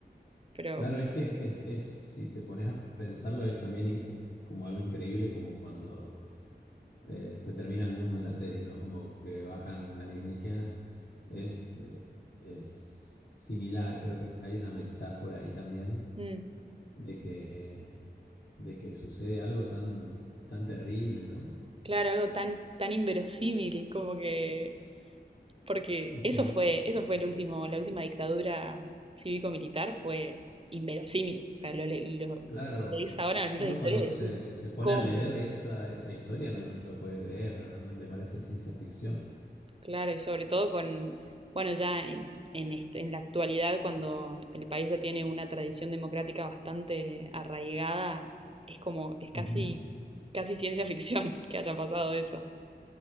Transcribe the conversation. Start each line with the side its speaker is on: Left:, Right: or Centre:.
Right: pero
Left: Claro, es que es, es- si te pones a pensarlo, es también in- es como algo increíble, como cuando eh, se termina el mundo en la serie, ¿no? Como que bajan alienígenas. Es, eh, es similar, creo que hay una metáfora ahí también
Right: mm,
Left: de que, de que sucede algo tan, tan terrible, ¿no?
Right: claro, algo tan, tan inverosímil como que, porque
Left: Ujú.
Right: eso fue, eso fue el último, la última dictadura cívico-militar fue inverosímil. O sea, lo, le- lo
Left: Claro,
Right: leís ahora en los libros
Left: uno
Right: de historia
Left: cuando se,
Right: y decís,
Left: se pone
Right: ¿cómo?
Left: a leer esa, esa historia no lo puede creer, realmente parece ciencia ficción.
Right: Claro, y sobre todo con, bueno, ya en, en, este- en la actualidad, cuando el país ya tiene una tradición democrática bastante arraigada, es como, es casi,
Left: Ujú.
Right: casi ciencia ficción <laughs> que haya pasado eso.